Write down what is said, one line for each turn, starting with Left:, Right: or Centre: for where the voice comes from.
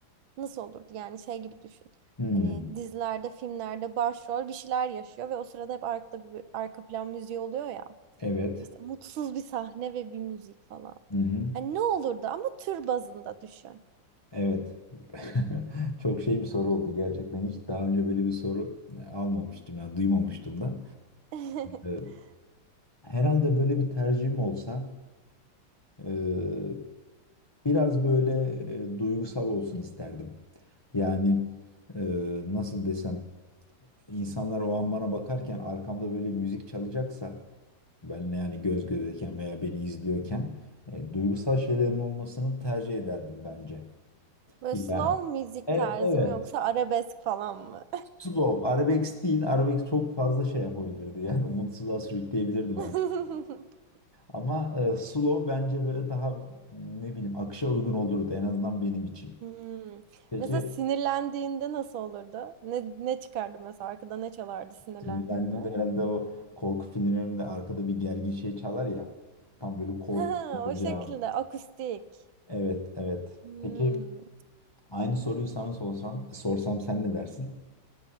Right: nasıl olurdu? Yani şey gibi düşün.
Left: Hmm.
Right: Hani dizilerde, filmlerde başrol bir şeyler yaşıyor ve o sırada hep arkada bir arka plan müziği oluyor ya.
Left: Evet.
Right: İşte mutsuz bir sahne ve bir müzik falan.
Left: Hı hı.
Right: Hani ne olurdu ama tür bazında düşün.
Left: Evet. <laughs> Çok şey bir soru oldu gerçekten. Hiç daha önce böyle bir soru e, almamıştım ya duymamıştım da.
Right: <laughs>
Left: Evet. Herhalde böyle bir tercihim olsa eee, biraz böyle e, duygusal olsun isterdim. Yani eee, nasıl desem insanlar o an bana bakarken arkamda böyle müzik çalacaksa benle yani göz gözeyken veya beni izliyorken e, duygusal şeylerin olmasını tercih ederdim bence.
Right: Böyle
Left: Yani
Right: slow müzik
Left: e-
Right: tarzı
Left: evet
Right: mı yoksa arabesk falan mı?
Left: slow arabesk değil arabesk çok fazla şey yapabilirdi yani umutsuzluğa sürükleyebilirdi
Right: <laughs>
Left: o Ama e, slow bence böyle daha m, ne bileyim akışa uygun olurdu en azından benim için.
Right: Hmm.
Left: Peki
Right: Mesela sinirlendiğinde nasıl olurdu? Ne, ne çıkardı mesela arkada ne çalardı sinirlendiğinde?
Left: sinirlendiğimde
Right: <laughs>
Left: herhalde o korku filmlerinde arkada bir gergin şey çalar ya. Tam böyle korku
Right: Ha,
Left: olacağım.
Right: o şekilde akustik.
Left: Evet, evet.
Right: Hmm.
Left: Peki aynı soruyu sana sorsam, sorsam sen ne dersin?